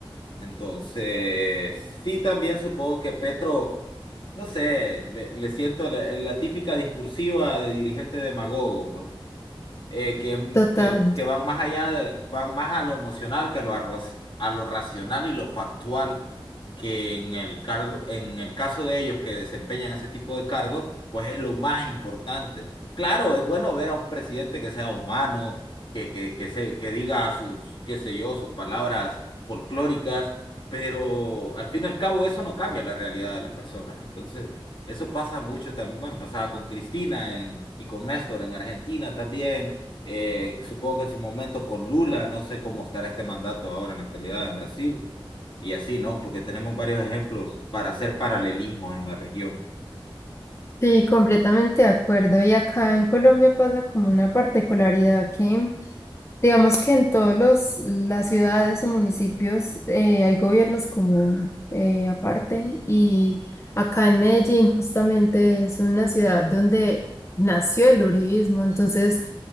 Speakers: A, on the left (about 60°); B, on the left (about 30°).
A: Entonces, sí, también supongo que Petro, no sé, le, le siento la, la típica discursiva de dirigente demagogo, pues eh, que, es m-
B: total.
A: que, que van más allá de, van más a lo emocional que a lo, arroci- a lo racional y lo factual, que en el cargo, en el caso de ellos que desempeñan ese tipo de cargos, pues es lo más importante. Claro, es bueno ver a un presidente que sea humano, que, que, que se, que diga sus, qué sé yo, sus palabras folclóricas, pero al fin y al cabo eso no cambia la realidad de las personas. Entonces, eso pasa mucho también, bueno, pasaba con Cristina en, y con Néstor en Argentina también eh, supongo que en su momento con Lula, no sé cómo estará este mandato ahora en la actualidad en Brasil, y así, ¿no? Porque tenemos varios ejemplos para hacer paralelismos en la región.
B: Sí, completamente de acuerdo. Y acá en Colombia pasa como una particularidad que Digamos que en todos los las ciudades o municipios eh, hay gobiernos como eh, aparte y acá en Medellín justamente es una ciudad donde nació el uribismo, entonces